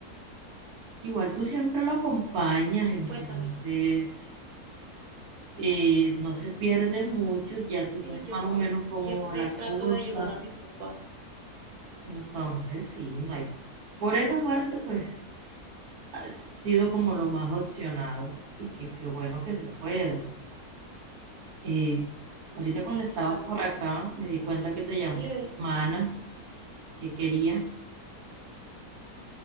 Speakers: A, on the right (about 75°); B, on the right (about 40°).
A: igual tú siempre lo acompañas, entonces.
B: cuéntame.
A: eh, no se pierde mucho, ya
B: Sí,
A: tú sabes
B: yo
A: más o menos cómo
B: siempre
A: va la
B: trato
A: cosa.
B: de ayudar a mi papá.
A: Entonces, sí, no hay. Por esa parte, pues, ha sido como lo más opcionado y que qué bueno que se pueda. Eh, ahorita
B: Sí,
A: cuando estabas
B: claro.
A: por acá, me di cuenta que te
B: Sí,
A: llamó
B: eh,
A: Mana, que quería.